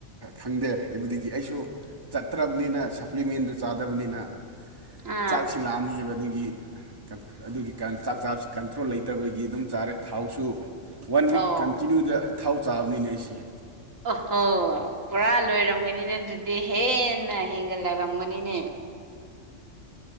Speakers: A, on the right; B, on the right.
A: ꯈꯪꯗꯦ ꯍꯥꯏꯕꯗꯒꯤ ꯑꯩꯁꯨ ꯆꯠꯇ꯭ꯔꯕꯅꯤꯅ ꯁꯄ꯭ꯂꯤꯃꯦꯟꯗꯨ ꯆꯥꯗꯕꯅꯤꯅ
B: ꯑꯥ
A: ꯆꯥꯛꯁꯨ ꯂꯥꯝꯃꯦꯕ ꯑꯗꯨꯒꯤ ꯑꯗꯨꯒꯤ ꯀꯥꯟ ꯆꯥꯛ ꯆꯥꯕꯁꯤ ꯀꯟꯇ꯭ꯔꯣꯜ ꯂꯩꯇꯕꯒꯤ ꯑꯗꯨꯝ ꯆꯥꯔꯦ ꯊꯥꯎꯁꯨ ꯋꯥꯟ ꯋꯤꯛ
B: ꯑꯣ
A: ꯀꯟꯇꯤꯅ꯭ꯌꯨꯗ ꯊꯥꯎ ꯆꯥꯕꯅꯤꯅꯦ ꯑꯩꯁꯦ
B: ꯑꯍꯣ ꯄꯨꯔꯥ ꯂꯣꯏꯔꯝꯒꯅꯤꯅꯦ ꯑꯗꯨꯗꯤ ꯍꯦꯟꯅ ꯍꯦꯟꯒꯠꯂꯛꯂꯝꯒꯅꯤꯅꯦ